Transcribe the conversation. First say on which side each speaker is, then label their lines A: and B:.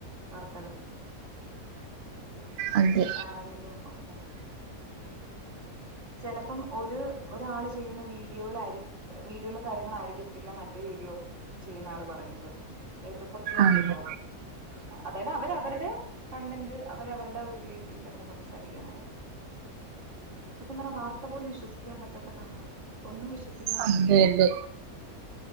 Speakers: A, on the right; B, on the right.
A: വാർത്തകള്
B: അതെ
A: ഓരോ ചാനലിലും ഒക്കെ ചെലപ്പം ഒരു ഒരാള് ചെയ്യുന്ന വീഡിയോയിലായിരി വീഡിയോലേ കാര്യങ്ങൾ വീഡിയോലുള്ള കാര്യങ്ങൾ ആയിരിക്കത്തില്ല മറ്റേ വീഡിയോ ചെയ്യുന്ന ആള് പറയുന്നത് ഏറ്റക്കൊറച്ചിലോക്കെ
B: അതെ
A: ഇണ്ടാവും അതായത് അവര് അവരുടെ കണ്ടന്റ് അവരവരുടെ ഒരു രീതിയില് അങ്ങനെ സംസാരിക്കും അങ്ങനെയൊക്കെ സത്യം പറഞ്ഞാ വാർത്ത പോലും വിശ്വസിക്കാൻ പറ്റാത്ത കാലവായി ഒന്നും വിശ്വ- സിക്കാൻ പറ്റത്തില്ലിപ്പോ
B: അതെ അതെ